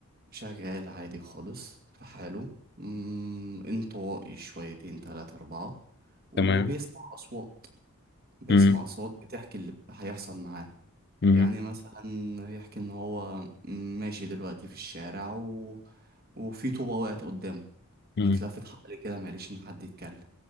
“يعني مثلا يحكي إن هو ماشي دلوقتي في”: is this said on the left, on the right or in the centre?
Right